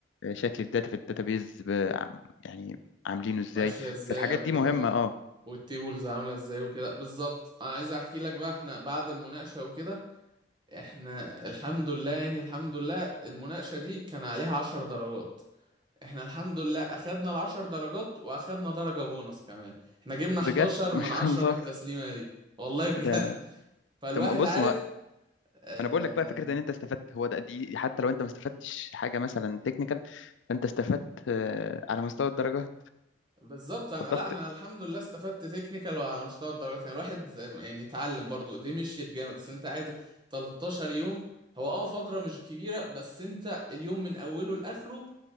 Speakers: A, on the left; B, on the right.
A: شكل الداتا في الداتابيز ب- عم- يعني عاملينه ازاي
B: ماشيه ازاي
A: فالحاجات
B: او
A: دي
B: كده
A: مهمه اه
B: والتيبلز عامله ازاي وكده بالظبط انا عايز احكي لك بقى احنا بعد المناقشه وكده احنا الحمد لله يعني الحمد لله المناقشه دي كان عليها 10 درجات احنا الحمد لله اخدنا العشر درجات واخدنا درجة بونص كمان احنا جبنا 11
A: بجد <laughs> ما
B: من
A: شاء
B: 10
A: الله
B: في التسليمة دي والله بجد
A: ده
B: <laughs> فالواحد
A: طب بص
B: عارف
A: ما
B: آه
A: انا بقول لك بقى فكره ان انت استفدت هو ده دي حتى لو انت ما استفدتش حاجه مثلا تكنيكال فانت استفدت آه، على مستوى الدرجه
B: بالظبط انا
A: الضغط
B: لا انا الحمد لله استفدت تكنيكال وعلى مستوى الدرجات يعني الواحد يعني اتعلم برضو دي مشيت جامد اصل انت قاعد 13 يوم هو اه فترة مش كبيرة بس انت اليوم من اوله لاخره